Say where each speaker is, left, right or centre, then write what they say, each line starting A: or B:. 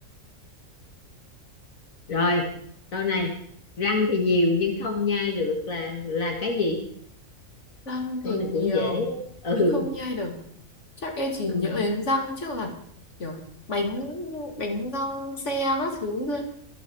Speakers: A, on the left; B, on the left.
A: rồi câu này răng thì nhiều nhưng không nhai được là là cái gì
B: Răng
A: câu
B: thì
A: này cũng
B: nhiều
A: dễ ừ,
B: nhưng không nhai được. Chắc em chỉ
A: ừ.
B: nhớ đến răng chứ là kiểu bánh bánh răng xe các thứ thôi.